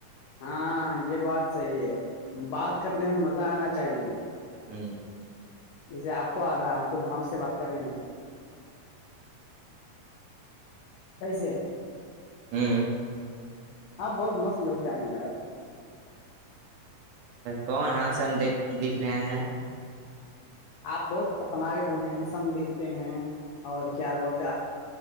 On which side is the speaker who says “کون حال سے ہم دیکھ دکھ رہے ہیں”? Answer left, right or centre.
Right